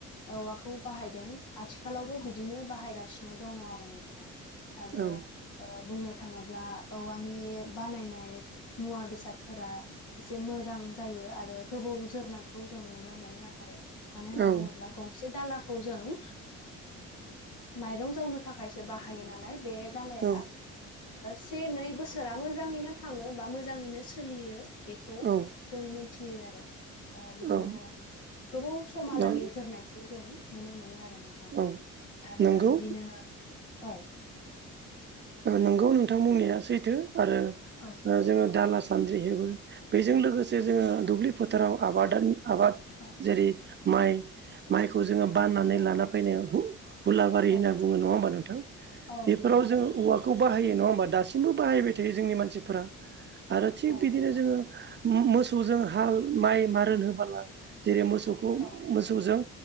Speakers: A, on the left; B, on the right.
A: औवाखौ बाहायदों आथिखालावबो बिदिनो बाहायगासिनो दङ आरो नोंथां आरो
B: औ
A: बुंनो थाङोब्ला औवानि बानायनाय मुवा बेसादफोरा एसे मोजां जायो आरो गोबौ जोरनायखौ जों नुनो मोनो। आरो मानो होनना
B: औ
A: बुङोब्ला गंसे दालाखौ जों माइरं जावनो। थाखायसो बाहायो नालाय बे दालाया।
B: औ
A: से नै बोसोरा मोजाङैनो थाङो बा मोजाङैनो सोलियो। बेखौ
B: औ
A: जों मोनथियो आरो बिदिनो
B: औ
A: गोबाव समालागै
B: नों
A: जोरनायखौ जों नुनो मोनो आरो नोंथां
B: औ
A: आरो
B: नंगौ
A: बिदिनो औ
B: नंगौ नोंथां बुंनाया सैथो आरो
A: औ
B: जोङो दाला सानद्रि हेबो बेजों लोगोसे जोङो दुब्लि फोथाराव आबाद आबाद
A: औ।
B: जेरै माइ। माइखौ जोङो बाननानै
A: औ
B: लाना फैनो हुलाबारि
A: औ
B: होनना बुङो नङा होमबा नोंथां?
A: औ
B: बेफोराव
A: नंगौ नोंथां।
B: जोङो
A: नंगौ
B: औवाखौ बाहायो नङा होनबा दासिमबो बाहाय थायो जोंनि मानसिफोरा आरो थिग
A: औ
B: बिदिनो जोङो मोसौजों हाल माइ मारोन होबोला जेरै मोसौखौ
A: औ
B: मोसौजों